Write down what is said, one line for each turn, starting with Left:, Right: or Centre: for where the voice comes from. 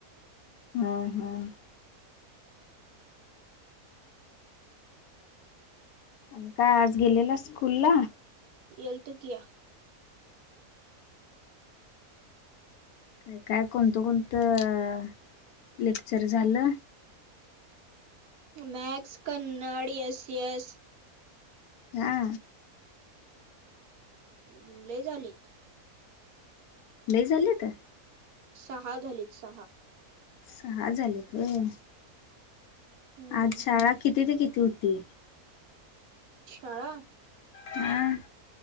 Left: ह हम आणि काय आज गेलेला स्कूल ला
Right: येल्त किया
Left: काय काय कोणतं कोणतं लेक्चर झालं
Right: मॅक्स कनाड एस एस
Left: हा
Right: ह् लय झालीत
Left: ल झाले तर
Right: सहा झालीत सहा
Left: सहा झालेतय
Right: हम्म
Left: अच्छा किती ते किती होती
Right: शाळा
Left: हम